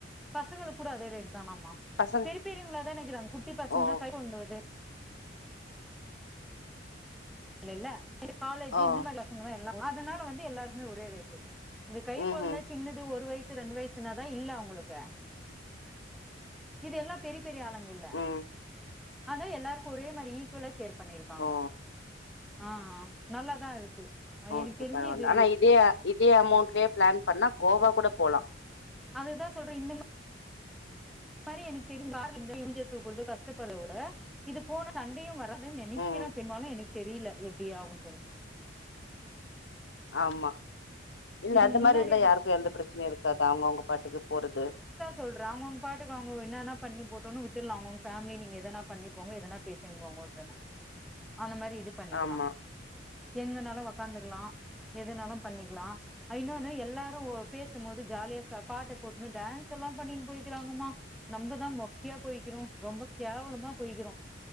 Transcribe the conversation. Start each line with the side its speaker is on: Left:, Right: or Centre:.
Centre: பசங்களுக்கூட அதே ரேட் தானாமா
Left: பசங்
Centre: பெரிய பெரியவங்களா தானக்கிறாங்கோ குட்டி பசங்களா
Left: ஓ
Centre: கை ஓங்குவர்து இல்லல்ல <inaudible> காலேஜி
Left: ஓ
Centre: இந்த மாரி பசங்கதா எல்லா அதனால வந்து எல்லாருக்மே ஒரே ரேட்டு இது கைக்கொழ்ந்த
Left: ம்ஹும்
Centre: சின்னது ஒரு வயசு ரெண்டு வயசுனாதா இல்ல அவுங்குளுக்கு இது எல்லா பெரி பெரிய ஆளுங்கில்ல
Left: ம்
Centre: ஆனா எல்லாருக்கு ஒரே மாரி ஈக்குவலா ஷேர் பண்ணிருக்காங்கோ
Left: ஓ
Centre: அ அ நல்லதா இருக்கு
Left: ஓகே
Centre: எனக்கு தெரிஞ்சு
Left: பரவால்ல
Centre: இது
Left: ஆனா இதே இதே அமௌண்ட்லே ப்ளான் பண்ணா கோவாக்கூட போலா
Centre: அதுதா சொல்ற இந்த மா ரி எனக் தெரி <inaudible> மூஞ்ச தூக்கருது கஷ்டப்பட்ற விட இது போனா சண்டையு வராதுன் நெனைக்கிறே
Left: ம்
Centre: பெரும்பாலு எனக் தெரில எப்டியாவுன்ட்டு
Left: ஆமா இல்ல
Centre: இது
Left: அந்த மாரி
Centre: முன்னாடியே
Left: இருந்தா யாருக்கு எந்த பிரச்சனையு இருக்காது அவுங்கவுங்க பாட்டுக்கு போறது
Centre: சொல்றாங்கோங் பாட்டுக்கு அவுங்க என்னனா பண்ணி போட்டுன்னு விட்டுலா அவுங்கவுங்க ஃபேமிலி நீங்க எதனா பண்ணிக்கோங்க எதனா பேசின் போங்கோடன அந்த மாரி இது பண்ணிக்லா
Left: ஆமா
Centre: எங்கனாலு வொக்காந்துக்கலா எதுனாலு பண்ணிக்லா அ இன்னொன்னு எல்லாரு பேசும் போது ஜாலியா ச பாட்டு போட்டுனு டேன்ஸ்ஸெல்லா பண்ணின் போயி க்கிறாங்கமா நம்பதா மொக்கயா போய்க்கிறோ ரொம்ப கேவலமா போய்க்கிறோ